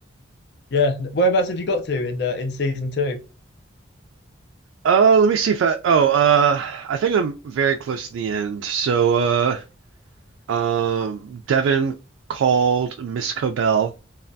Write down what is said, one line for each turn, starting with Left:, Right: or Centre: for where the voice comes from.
Left: Yeah. Whereabouts have you got to in uh, in season two?
Right: Oh, let me see if I. Oh, uh, I think I'm very close to the end. So, uh, um, Devin called Miss Cobell.